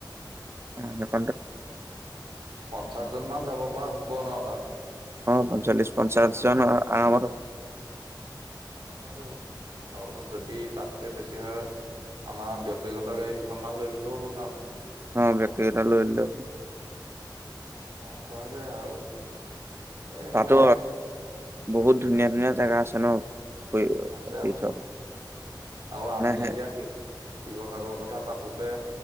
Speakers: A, on the right; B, on the right.
A: <unintelligible>
B: পঞ্চাশ জন মান যাব। পৰা হ'ব ন তাত।
A: অ ' পঞ্চল্লিশ পঞ্চাশ জন আৰামত হব
B: অ' হৈ যাব আৰু যদি তাতকে বেছি হয় আমাৰ ব্যক্তিগত গাড়ী দুখনমানান লৈ ললেও হ'ল ন।
A: অ' ব্যক্তিগত লৈ ললে <unintelligible>
B: অ' পৰা যায় আৰু এ
A: তাতো
B: মানে
A: বহুত ধুনীয়া ধুনীয়া জেগা আছে ন'।
B: আছে আছে
A: <unintelligible>
B: আৰু আমি
A: হে
B: এতিয়া, শিৱসাগৰৰ কথা পাতোতে